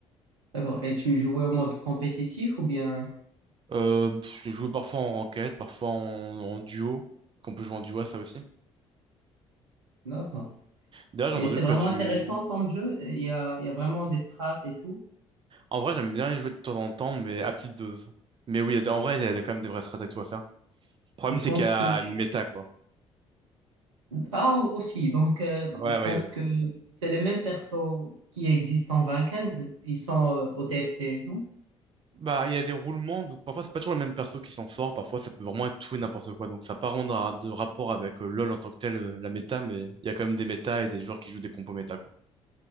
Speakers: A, on the right; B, on the right.
A: d'accord. Et tu jouais en mode compétitif ou bien...
B: Euh, pff, je joue parfois en ranked, parfois en, en duo. Qu'on peut jouer en duo, à ça aussi.
A: D'accord.
B: D'ailleurs, j'ai
A: Et
B: entendu
A: c'est
B: que
A: vraiment
B: tu.
A: intéressant comme jeu. Il y a, il y a vraiment des strates et tout.
B: En vrai, j'aime bien les jouer de temps en temps, mais à petite dose. Mais oui, en vrai, il y a quand même des vraies stratégies à faire. Le problème,
A: Je
B: c'est
A: pense
B: qu'il y a
A: que tu...
B: une méta, quoi.
A: Ah, aussi, donc euh,
B: Ouais,
A: je
B: ouais,
A: pense
B: ouais.
A: que c'est les mêmes persos qui existent en ranked. Ils sont euh, au TFT, non?
B: Bah, il y a des roulements, donc parfois, c'est pas toujours les mêmes persos qui sont forts. Parfois, ça peut vraiment être tout et n'importe quoi. Donc, ça n'a pas vraiment de de rapport avec euh, LoL en tant que tel, euh, la méta, mais il y a quand même des méta et des joueurs qui jouent des compos méta, quoi.